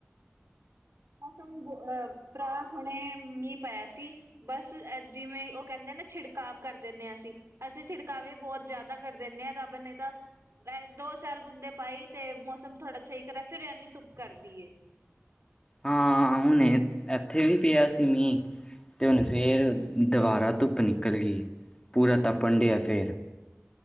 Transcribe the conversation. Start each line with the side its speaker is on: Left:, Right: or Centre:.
Right: ਮੌਸਮ ਅਹ ਭਰਾ ਹੁਣੇ ਮੀਂ ਪਾਇਆ ਸੀ। ਬਸ ਅ ਜਿਵੇਂ ਉਹ ਕੇਂਦੇ ਆ ਨਾ ਛਿੜਕਾਵ ਕਰ ਦੇਨੇ ਆ ਅਸੀਂ। ਅਸੀਂ ਛਿੜਕਾਵੇ ਬੋਤ ਜਾਦਾ ਕਰ ਦੇਨੇ ਆ ਰੱਬ ਨੇ ਤਾਂ ਦੋ ਚਾਰ ਬੁੰਦੇ ਪਾਈ ਤੇ ਮੌਸਮ ਥੋੜਾ ਸਈ ਕਰਾ ਫਿਰ ਐਨੀ ਧੁੱਪ ਕਰਦੀਏ।
Left: ਹਾਂ ਹੁਣੇ ਐਥੇ ਵੀ ਪਿਆ ਸੀ ਮੀ। ਤੇ ਹੁਨ ਫੇਰ ਦੁਬਾਰਾ ਧੁੱਪ ਨਿਕਲ ਗਈ ਪੂਰਾ ਤਪਨ ਡਿਆ ਫੇਰ।